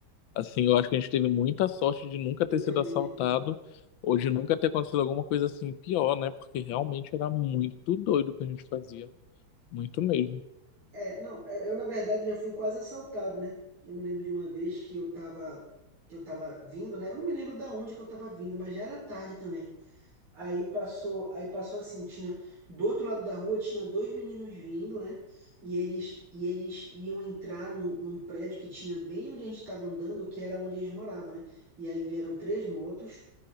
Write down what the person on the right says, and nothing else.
Eu
também
acho.
É, não, é, eu na verdade já fui quase assaltado, né? Eu me lembro de uma vez que eu tava, que eu tava vindo, né? Eu não me lembro da onde que eu tava vindo, mas já era tarde também. Aí passou, aí passou assim, tinha do outro lado da rua tinha dois meninos vindo, né? E eles, e eles iam entrar num, num prédio que tinha bem onde a gente estava andando, que era onde eles moravam, né? E aí vieram três motos